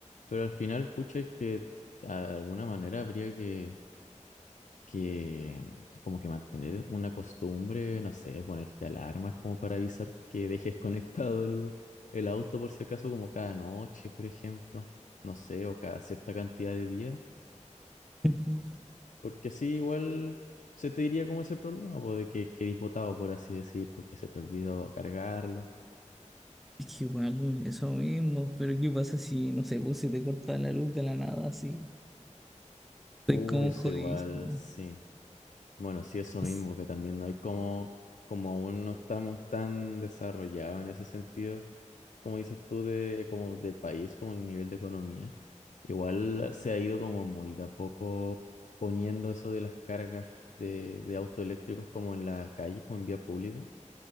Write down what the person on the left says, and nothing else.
pero al final, pucha, es que a- de alguna manera habría que que como que mantener una costumbre, no sé, ponerte alarmas como para avisar que dejes <laughs> conectado el, el auto por si acaso, como cada noche, por ejemplo, no sé, o cada cierta cantidad de días,
porque así igual se te diría como ese problema, pues de que quedé botado, por así decir, porque se te olvidó cargarlo.
Uy,
eso
igual, sí. Bueno, sí, eso
mismo, que también no hay como, como aún no estamos tan desarrollados en ese sentido, como dices tú, de, como de país, como en nivel de economía, igual se ha ido como muy de a poco poniendo eso de las cargas de, de autos eléctricos como en las calles, como en vía pública.